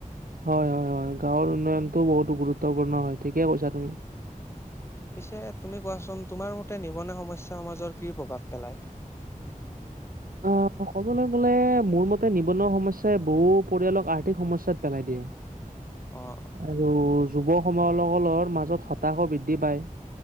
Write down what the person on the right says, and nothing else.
হয় হয় হয় গাঁৱৰ উন্নয়নটো বহুতো গুৰুত্বপূৰ্ণ হয় ঠিকেই কৈছা তুমি
অ ক'বলৈ গ'লে মোৰ মতে নিবনুৱা সমস্যাই বহু পৰিয়ালক আৰ্থিক সমস্যাত পেলাই দিয়ে
আৰু যুৱ সমকলৰ মাজত হতাশও বৃদ্ধি পায়।